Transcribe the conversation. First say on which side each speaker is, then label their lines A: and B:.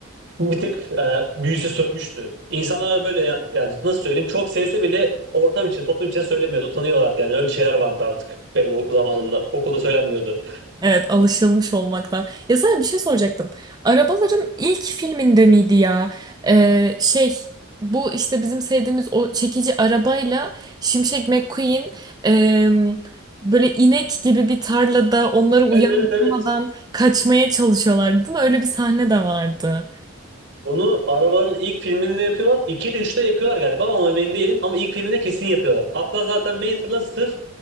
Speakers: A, on the right; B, on the right.
A: bir tık e, büyüsü sönmüştü. İnsanlar böyle ya- yani nasıl söyleyeyim çok sevse bile ortam için toplum için söylemiyordu. Utanıyorlardı yani öyle şeyler vardı artık benim o zamanımda. Okulda söylenmiyordu.
B: Evet, alışılmış olmaktan. Ya sana bir şey soracaktım. Arabaların ilk filminde miydi ya? Ee, şey, bu işte bizim sevdiğimiz o çekici arabayla Şimşek McQueen em, böyle inek gibi bir tarlada onları uyandırmadan
A: Evet evet evet.
B: kaçmaya çalışıyorlardı, değil mi? Öyle bir sahne de vardı.
A: Bunu arabaların ilk filminde yapıyorlar. 2 ile 3'te yapıyorlar galiba ama emin değilim. Ama ilk filminde kesin yapıyorlar. Hatta zaten Mayther'la sırf